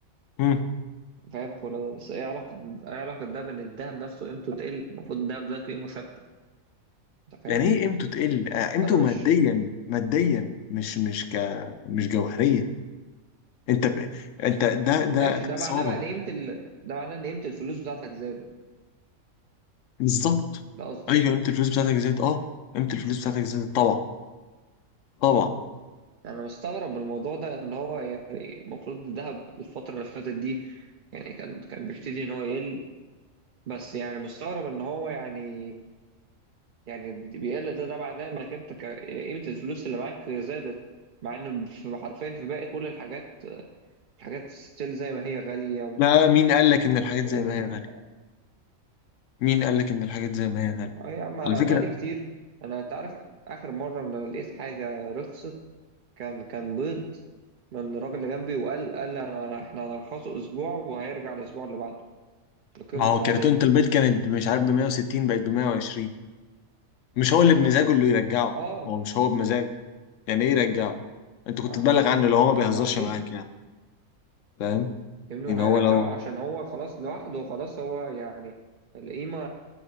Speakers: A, on the left; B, on the right.
A: مم.
B: فاهم كل ده بس ايه علاقة ايه علاقة ده بان الذهب نفسه قيمته تقل المفروض الذهب ده قيمة ثابتة انت فاهمني
A: يعني ايه قيمته تقل آه، قيمته
B: فانا
A: ماديا
B: مش
A: ماديا مش مش ك مش جوهريا انت ب... انت ده ده
B: ماشي
A: اقتصادك
B: ده معناه بقى ان قيمة ال... ده معناه ان قيمة الفلوس بتاعتك زادت
A: بالظبط
B: ده قصدك
A: ايوه
B: يعني
A: قيمه الفلوس بتاعتك زادت اه قيمه الفلوس بتاعتك زادت طبعا طبعا
B: انا مستغرب من الموضوع ده ان هو يعني المفروض الذهب الفترة اللي فاتت دي يعني كان كان بيبتدي ان هو يقل بس يعني مستغرب ان هو يعني يعني بيقل ده ده معناه انك انت ك- قيمة الفلوس اللي معاك زادت مع ان في حرفيا في باقي كل الحاجات الحاجات ستيل زي ما هي غالية و-
A: لا مين قال لك ان الحاجات
B: يعني
A: زي ما هي غاليه
B: ال-
A: مين قال لك ان الحاجات زي ما هي غاليه
B: اه يا عم انا
A: على فكره
B: بقالي كتير انا انت عارف اخر مرة ان انا لقيت حاجة رخصت كان كان بيض من الراجل اللي جنبي وقال قال انا احنا هنرخصه اسبوع وهيرجع الاسبوع اللي بعده لقيمته
A: ما هو
B: العادية
A: كرتونه البيض كانت مش عارف ب 160 بقت ب 120 مش هو اللي بمزاجه اللي يرجعه
B: اه
A: هو مش هو بمزاجه يعني ايه يرجعه انت كنت
B: ما
A: تبلغ عنه لو هو ما بيهزرش
B: ما اكيد
A: معاك يعني فاهم
B: يا ابني
A: ان
B: ما
A: هو
B: هيرجعه
A: لو
B: عشان هو خلاص لوحده خلاص هو يعني القيمة